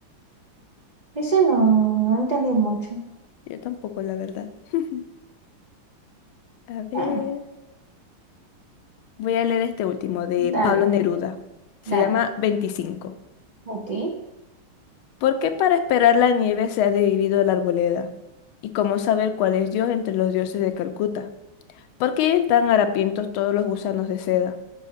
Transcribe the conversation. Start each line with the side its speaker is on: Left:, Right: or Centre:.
Right: Ese no, no lo entendí mucho.
Left: Yo tampoco, la verdad. <laughs> A ver,
Right: Ah,
Left: voy a leer este último de
Right: dale,
Left: Pablo Neruda. Se
Right: dale.
Left: llama veinticinco
Right: Ok.
Left: ¿Por qué para esperar la nieve se ha dividido la arboleda? ¿Y cómo saber cuál es Dios entre los dioses de Calcuta? ¿Por qué viven tan harapientos todos los gusanos de seda?